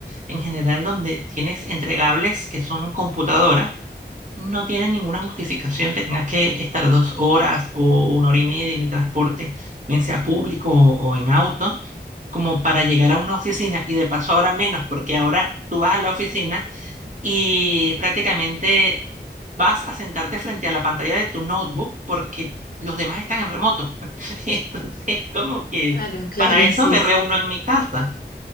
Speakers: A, on the right; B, on the left.
A: en general donde tienes entregables que son en computadora, no tiene ninguna justificación que tengas que estar dos horas o una hora y media en el transporte, bien sea público o, o en auto, como para llegar a una oficina y de paso ahora menos, porque ahora tú vas a la oficina y prácticamente vas a sentarte frente a la pantalla de tu notebook porque los demás están en remoto. <laughs> Entonces, como
B: Ah,
A: que
B: Claro, claro,
A: para eso
B: sí,
A: me
B: sí,
A: reúno
B: sí.
A: en mi casa,